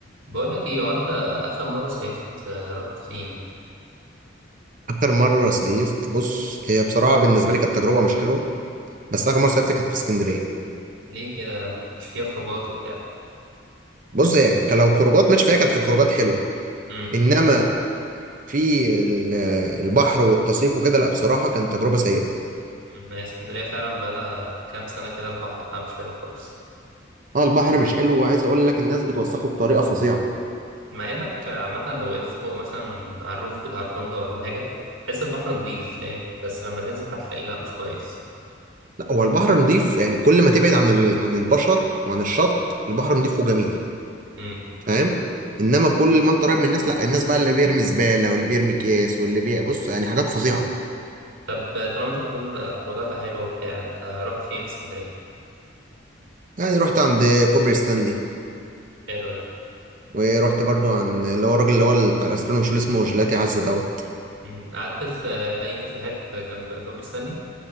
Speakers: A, on the right (about 80°); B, on the right (about 45°).
A: بقول لك ايه هو انت اخر مره صيفت آه، رحت فين
B: اخر مره صيفت بص هي بصراحه بالنسبه لي كانت تجربه مش حلوه بس اخر مره صيفت كانت في اسكندريه
A: ليه كده مش فيها خروجات وبتاع
B: بص هي كان لو خروجات ماشي فيها كانت في الخروجات حلوه
A: امم
B: انما في ال- البحر والتصيف وكده لا بصراحه كانت تجربه سيئه
A: هي اسكندريه فعلا بقالها كام سنه كده البحر بتاعها مش حلو خالص
B: اه البحر مش حلو وعايز اقول لك الناس بتوسخه بطريقه فظيعه
A: مع انك آه، عامه لو وقفت فوق مثلا على الروف بتاع الفندق ولا حاجه تحس البحر نضيف فاهم بس لما تنزل تحت تلاقيه لا مش كويس
B: لا هو البحر نضيف يعني كل ما تبعد عن ال... عن البشر وعن الشط البحر نضيف وجميل
A: امم
B: فاهم انما كل ما انت قريب من الناس لا الناس بقى اللي بيرمي زباله واللي بيرمي كيس واللي بي بص يعني حاجات فظيعه
A: طب آه، طالما انت بتقول آه، خروجاتها حلوه وبتاع انت رحت فين في اسكندريه
B: يعني رحت عند كوبري ستانلي
A: حلو ده
B: ورحت برضو عن اللي هو الراجل اللي هو بتاع الايس كريم مش اللي اسمه جيلاتي عزة دوت
A: مم. قعدت في آه، اي كافيهات جنب بابلي ستانلي